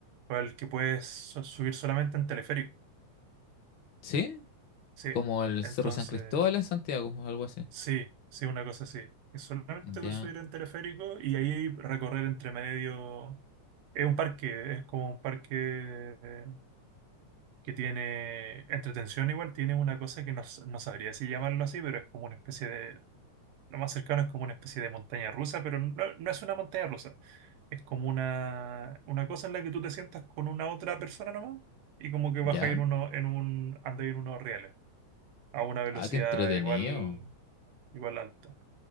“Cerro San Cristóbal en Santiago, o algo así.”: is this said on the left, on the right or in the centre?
Left